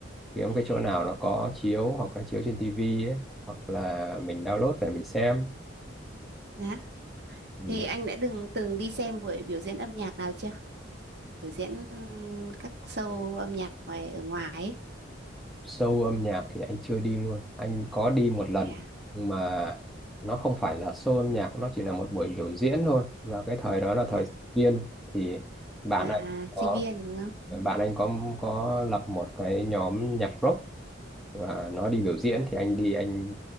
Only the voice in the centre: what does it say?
kiếm cái chỗ nào nó có chiếu hoặc là chiếu trên tivi ấy hoặc là mình download về mình xem
Ừ.
show âm nhạc thì anh chưa đi luôn anh có đi một lần
nhưng mà nó không phải là show âm nhạc nó chỉ là một buổi biểu diễn thôi và cái thời đó là thời
sinh viên thì bạn
anh có
bạn anh có có lập một cái nhóm nhạc rock và nó đi biểu diễn thì anh đi anh